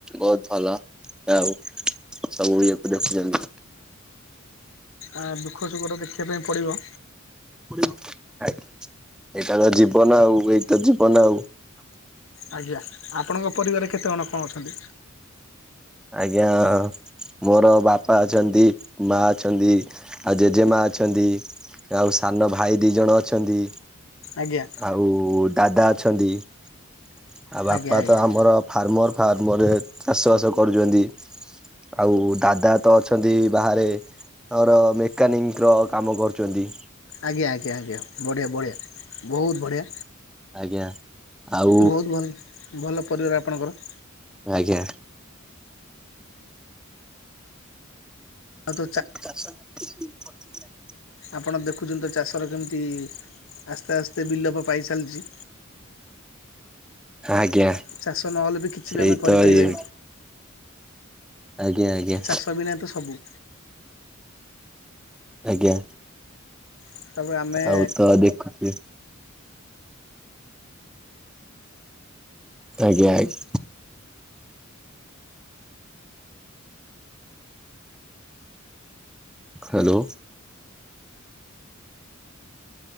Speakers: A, in the centre; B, on the left.
A: ବହୁତ ଭଲ ଆଉ ସବୁ ଇଏକୁ ଦେଖୁଛନ୍ତି।
B: ଆ ଦୁଃଖ ସୁଖ ତ ଦେଖିବା ପାଇଁ ପଡ଼ିବ।
A: ଆଜ୍ଞା ଏଇଟା ତ ଜୀବନ ଆଉ ଏଇ ତ ଜୀବନ ଆଉ।
B: ଆଜ୍ଞା। ଆପଣଙ୍କ ପରିବାରରେ କେତେ ଜଣ କଣ ଅଛନ୍ତି?
A: ଆଜ୍ଞା। ମୋର ବାପା ଅଛନ୍ତି, ମା ଅଛନ୍ତି, ଆଉ ଜେଜେମା ଅଛନ୍ତି। ଆଉ ସାନ ଭାଇ ଦୁଇ ଜଣ ଅଛନ୍ତି।
B: ଆଜ୍ଞା।
A: ଆଉ ଦାଦା ଅଛନ୍ତି ଆଉ ବାପା
B: ଆଜ୍ଞା ଆଜ୍ଞା
A: ତ ଆମର ଫାର୍ମର ଫାର୍ମରେ ଚାଷ ବାସ କରୁଚନ୍ତି। ଆଉ ଦାଦା ତ ଅଛନ୍ତି ବାହାରେ ଆମର ମେକାନିକ୍ ର କାମ କରୁଚନ୍ତି।
B: ଆଜ୍ଞା ଆଜ୍ଞା ଆଜ୍ଞା ବଢ଼ିଆ ବଢ଼ିଆ ବହୁତ ବଢ଼ିଆ।
A: ଆଜ୍ଞା ଆଉ
B: ବହୁତ ଭଲ ଭଲ ପରିବାର ଆପଣଙ୍କର।
A: ଆଜ୍ଞା।
B: ଆଉ ତ
A: ତାଙ୍କର ଯୋଉ ଚାଷ ଟିକେ କିଛି ପଛେଇ ଥିଲା।
B: ଆପଣ ଦେଖୁଛନ୍ତି ତ ଚାଷର କେମିତି ଆସ୍ତେ ଆସ୍ତେ ବିଲୋପ ପାଇଚାଲିଛି।
A: ଆଜ୍ଞା
B: ଚାଷ ନହେଲେ ବି କିଛି
A: ସେଇତ
B: ବି ଆମେ କରିପାରିବାନି।
A: ଇଏ ଆଜ୍ଞା ଆଜ୍ଞା
B: ଚାଷ ବିନା ତ ସବୁ।
A: ଆଜ୍ଞା
B: ତାପରେ ଆମେ
A: ଆଉ ତ ଦେଖୁଚି ଆଜ୍ଞା ଆଇ ହାଲୋ।